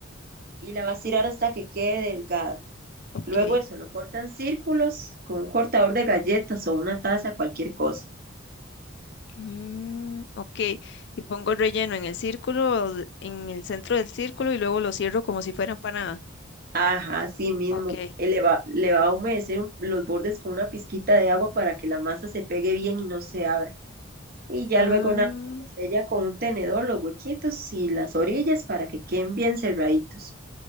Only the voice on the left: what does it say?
ok.
Mm, ok. Y pongo el relleno en el círculo, de- en el centro del círculo y luego lo cierro como si fuera empanada.
Ok.
Ah,